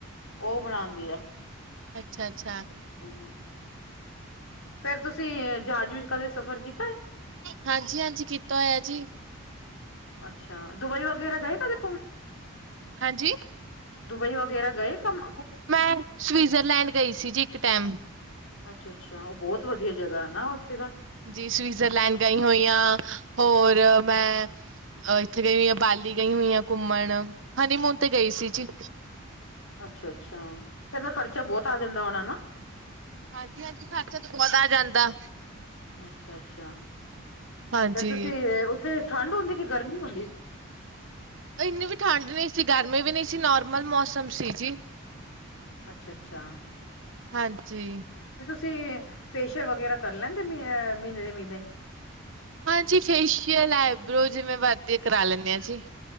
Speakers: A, on the left; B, on the right.
A: ਉਹ ਬਣਾਉਂਦੀ ਆ।
B: ਅੱਛਾ, ਅੱਛਾ।
A: ਹਾਂਜੀ। ਫੇਰ ਤੁਸੀਂ ਜਹਾਜ ਵਿੱਚ ਕਦੇ ਸਫ਼ਰ ਕੀਤਾ ਹੈ।
B: ਹਾਂਜੀ, ਹਾਂਜੀ ਕੀਤਾ ਹੋਇਆ ਜੀ।
A: ਅੱਛਾ ਦੁਬਈ ਵਗੈਰਾ ਗਏ ਕਦੀ।
B: ਹਾਂਜੀ।
A: ਦੁਬਈ ਵਗੈਰਾ ਗਏ ਕੰ।
B: ਮੈਂਸਵਿਜ਼ਰਲੈਂਡ ਗਈ ਸੀ ਜੀ ਇੱਕ ਟਾਈਮ
A: ਅੱਛਾ, ਅੱਛਾ ਉਹ ਬਹੁਤ ਵਧੀਆ ਜਗ੍ਹਾ ਹੈ ਨਾ। ਉੱਥੇ ਦਾ
B: ਜੀ ਸਵਿਜ਼ਰਲੈਂਡ ਗਈ ਹੋਈਆਂ ਹੋਰ ਮੈਂ। ਅਹ ਇੱਥੇ ਗਈ ਹੋਈ ਆ ਬਾਲੀ ਗਈ ਹੋਈ ਆ ਘੁੰਮਣ ਹਨੀ ਮੂਨ ਤੇ ਗਈ ਸੀ ਜੀ।
A: ਅੱਛਾ, ਅੱਛਾ ਫਿਰ ਇਹਦਾ ਖਰਚਾ ਬਹੁਤ ਆ ਜਾਂਦਾ ਹੋਣਾ।
B: ਹਾਂਜੀ, ਹਾਂਜੀ ਖਰਚਾ ਤੇ ਬਹੁਤ ਆ ਜਾਂਦਾ।
A: ਅੱਛਾ, ਅੱਛਾ
B: ਹਾਂਜੀ।
A: ਫੇਰ ਤੁਸੀਂ ਉੱਥੇ ਠੰਡ ਹੁੰਦੀ ਕਿ ਗਰਮੀ ਹੁੰਦੀ।
B: ਇੰਨੀ ਵੀ ਠੰਢ ਨੀ ਸੀ ਗਰਮੀ ਵੀ ਨੀ ਸੀ ਨੋਰਮਲ ਮੌਸਮ ਸੀ ਜੀ।
A: ਅੱਛਾ, ਅੱਛਾ।
B: ਹਾਂਜੀ।
A: ਤੇ ਫੇਸ਼ੀਅਲ ਵਗੈਰਾ ਕਰ ਲੈਂਦੇ ਮ ਮਹੀਨੇ ਦੇ ਮਹੀਨੇ।
B: ਹਾਂਜੀ। ਫੇਸ਼ੀਅਲ, ਐਬਰੋ ਜਿਵੇਂ ਵਰਧਏ ਕਰਾ ਲੈਂਦੇ ਆ ਜੀ।